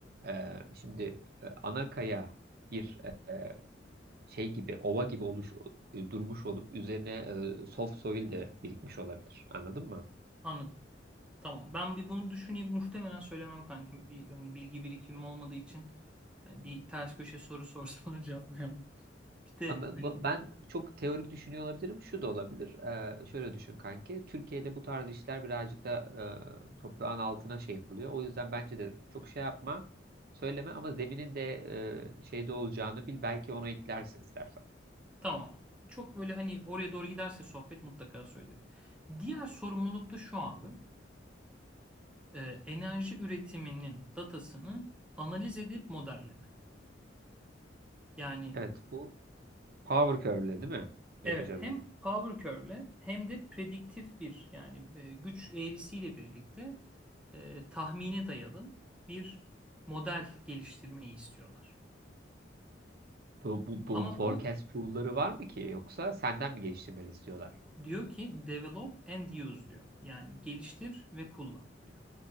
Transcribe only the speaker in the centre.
Anladım. Tamam. Ben bir bunu düşüneyim. Muhtemelen söylemem kankim. Bir hani bilgi birikimim olmadığı için hani bir ters köşe soru sorsalar <laughs> cevaplayamam. Bir de
hani
tamam. Çok böyle hani oraya doğru giderse sohbet mutlaka söylerim. Diğer sorumluluk da şu abi. e, enerji üretiminin datasını analiz edip modelleme. Yani
evet hem
power curve'le hem de prediktif bir yani e, güç eğrisiyle birlikte e, tahmine dayalı bir model geliştirmeyi istiyorlar.
Ama
bu
diyor ki develop and use diyor. Yani geliştir ve kullan diyor.